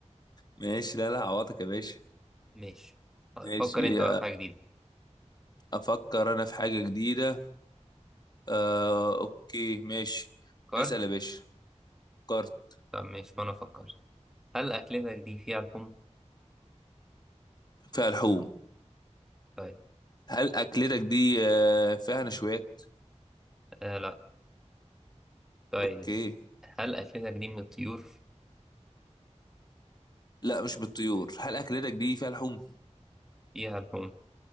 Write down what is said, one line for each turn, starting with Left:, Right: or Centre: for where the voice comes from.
Left: ماشي لا لا عوضك يا باشا
Centre: ماشي طيب
Left: ماشي
Centre: فكر انت بقى في حاجة جديدة
Left: افكر انا في حاجة جديدة آه اوكي ماشي
Centre: فكرت
Left: اسأل يا باشا فكرت
Centre: طب ماشي وانا افكر هل أكلتك دي فيها لحوم؟
Left: فيها لحوم
Centre: طيب
Left: هل اكلتك دي آه، فيها نشويات
Centre: آه لا طيب
Left: اوكي
Centre: هل أكلتك دي من الطيور؟
Left: لا مش بالطيور هل اكلتك دي فيها لحوم
Centre: فيها لحوم